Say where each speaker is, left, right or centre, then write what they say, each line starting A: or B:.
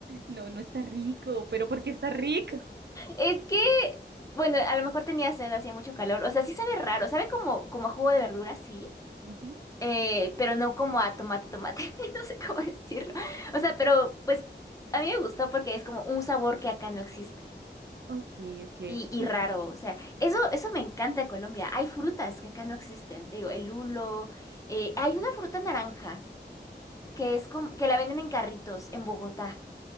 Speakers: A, on the right (about 70°); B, on the left (about 20°).
A: No, no está rico, pero ¿por qué está rico?
B: Es que, bueno, a lo mejor tenía sed, hacía mucho calor. O sea, sí sabe raro, sabe como, como a jugo de verdura, sí,
A: Ujú.
B: eh, pero no como a tomate, tomate. <laughs> No sé cómo decirlo. O sea, pero pues a mí me gustó porque es como un sabor que acá no existe.
A: Ok, ok,
B: Y,
A: sí.
B: y raro, o sea, eso, eso me encanta de Colombia. Hay frutas que acá no existen. Digo, el lulo. eh, hay una fruta naranja que es como, que la venden en carritos en Bogotá.